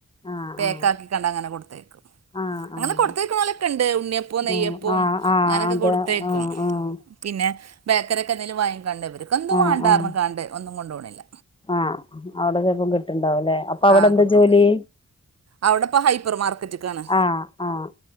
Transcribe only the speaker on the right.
പേക്കാക്കാണ്ട്
അങ്ങനെ കൊടുത്തയക്കും
അങ്ങനെ
കൊടുത്തേയ്ക്കണോലക്കെണ്ട് ഉണ്ണിയപ്പ് ഉണ്ണി അപ്പം നെയ്യപ്പോം
അങ്ങനെക്കെ
കൊടുത്തയക്കും
പിന്നെ ബേക്കറിയൊക്കെ എന്തേലും വാങ്ങിക്കാണ്ടേ ഇവരിക്ക്‌ ഒന്തും
വണ്ടാപർഞ്
കാണ്ടേ ഒന്നും കൊണ്ട് പോണില്ല
ആ
കിട്ടും
അവിടെപ്പ ഹൈപ്പർ മാർക്കറ്റ്ക്കാണ്